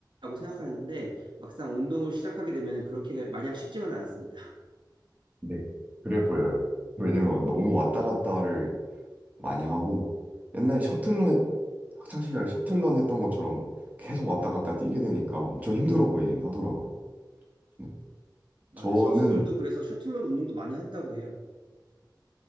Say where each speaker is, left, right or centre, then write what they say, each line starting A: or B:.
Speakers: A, on the right; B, on the right.
A: 생각하는데 막상 운동을 시작하게 되면은 그렇게 마냥 쉽지만은 않습니다.
B: 네. 그래 보여요. 왜냐면 너무 왔다 갔다를 많이 하고 옛날에 셔틀런 했- 학창 시절에 셔틀런 했던 것처럼 계속 왔다 갔다 뛰게 되니까 엄청 힘들어 보이긴 하더라고요. 네.
A: 맞아요.
B: 저는
A: 선수들도 그래서 셔틀러 운동도 많이 한다고 해요.